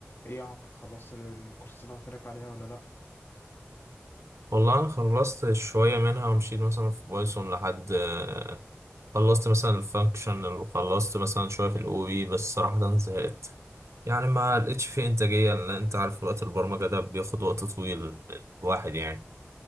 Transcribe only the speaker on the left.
ايه يا عمرو خلصت الكورسات اللي انا قلت لك عليها ولا لا